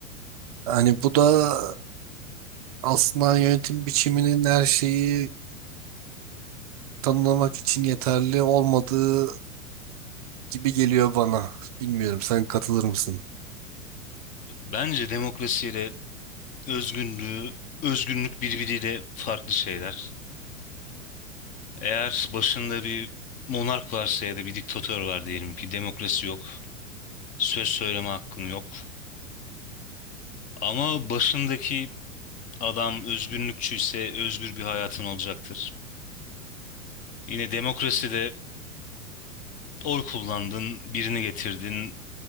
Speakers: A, on the right; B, on the left.
A: Hani bu da aslında yönetim biçiminin her şeyi tanımlamak için yeterli olmadığı gibi geliyor bana. Bilmiyorum sen katılır mısın?
B: Bence demokrasiyle özgünlüğü, özgünlük birbiriyle farklı şeyler. Eğer başında bir monark varsa ya da bir diktatör var diyelim ki demokrasi yok, söz söyleme hakkın yok. Ama başındaki Adam özgürlükçüyse özgür bir hayatın olacaktır. Yine demokraside oy kullandın, birini getirdin.